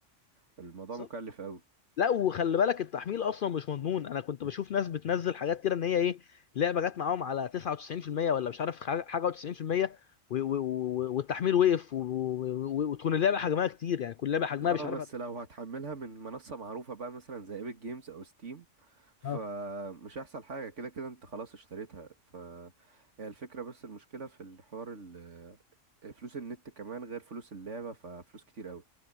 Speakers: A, on the right; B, on the left.
A: فالموضوع
B: بالظبط
A: مكلف أوي
B: لا وخلي بالك التحميل اصلا مش مضمون انا كنت بشوف ناس بتنزل حاجات كده ان هي ايه لعبه جت معاهم على 99% ولا مش عارف حاجه حاجة و90% و- و- و- والتحميل وقف و- و- و- وتكون اللعبه حجمها كتير يعني كل لعبه حجمها
A: اه
B: مش عارف
A: بس لو هتحملها من منصة معروفة بقى مثلا زي ايبك جيمز أو ستيم فمش
B: اه
A: هيحصل حاجة كده كده انت خلاص اشتريتها ف هي الفكرة بس المشكلة في الحوار ال- فلوس النت كمان غير فلوس اللعبة ففلوس كتير قوي